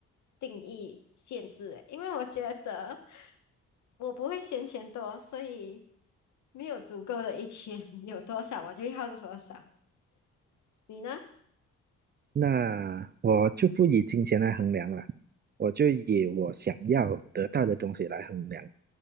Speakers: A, on the left; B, on the right.
A: 定义限制欸，因为我觉得我不会嫌钱多，所以没有足够的一天，<laughs> 有多少我就要多少。你呢？
B: 那我就不以金钱来衡量了，我就以我想要得到的东西来衡量，